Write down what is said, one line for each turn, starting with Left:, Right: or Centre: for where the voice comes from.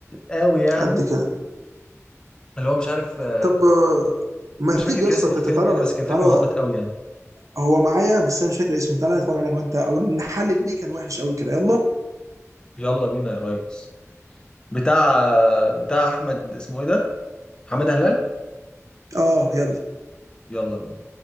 Left: قوي يعني
Right: قد كده
Left: اللي هو مش عارف آه،
Right: طب آه، ما
Left: مش
Right: تيجي
Left: فاكر كان
Right: يا اسطى
Left: اسم ايه
Right: تت-
Left: الفيلم
Right: تعالى
Left: يعني بس كان فيلم
Right: تعالى
Left: هابط قوي يعني
Right: هو معايا بس انا مش فاكر اسمه تعالى نتفرج عليه انا وانت او نحلل ليه كان وحش قوي كده يلا
Left: يلا بينا يا ريس بتاع بتاع احمد اسمه ايه ده حماده هلال
Right: اه يلا
Left: يلا بينا